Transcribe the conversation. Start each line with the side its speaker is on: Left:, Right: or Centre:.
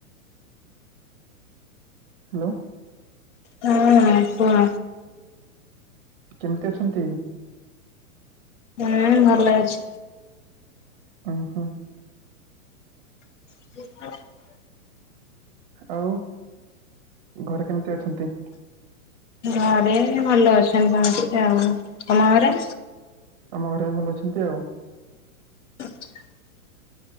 Right: ହାଲୋ
Left: ହଁ କୁହ
Right: କେମିତି ଅଛନ୍ତି?
Left: ହୁଁ ଭଲ ଅଛି।
Right: ଓ ହୋ।
Left: <inaudible>
Right: ଆଉ ଘରେ କେମିତି ଅଛନ୍ତି?
Left: ଘରେ ଭଲ ଅଛନ୍ତି କଣ ଆଉ ତମ ଘରେ?
Right: ଆମ ଘରେ ବି ଭଲ ଅଛନ୍ତି ଆଉ।
Left: <unintelligible>